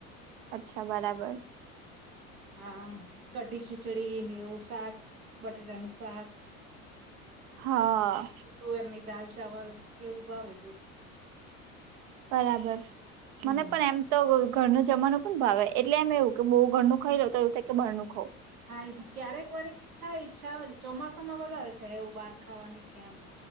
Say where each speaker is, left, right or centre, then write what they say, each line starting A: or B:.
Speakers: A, on the right; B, on the right.
A: અચ્છા બરાબર.
B: હા કઢી ખીચડી નેવું શાક બટેટાનું શાક.
A: હા.
B: તુવેર ની દાલ ચાવલ કેવું ભાવે બ.
A: બરાબર,
B: હમ
A: મને પણ એમ તો ઘર ન જમાનું પણ ભાવે એટલે એમ એવું કે બહુ ઘરનું ખાઈ લો તો એવું થાય કે બાર નું ખઉં.
B: હા ક્યારેક વળ થાય છા ચોમાસામાં વધારે થાય એવું બહાર ખાવાની કેમ.